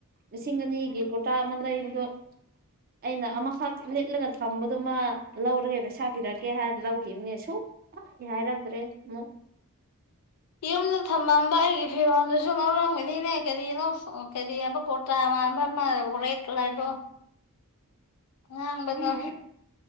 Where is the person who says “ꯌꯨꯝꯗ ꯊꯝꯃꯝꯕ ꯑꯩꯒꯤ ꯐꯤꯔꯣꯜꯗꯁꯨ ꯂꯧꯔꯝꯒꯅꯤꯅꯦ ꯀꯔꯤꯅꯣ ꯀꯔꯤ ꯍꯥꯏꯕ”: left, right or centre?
Left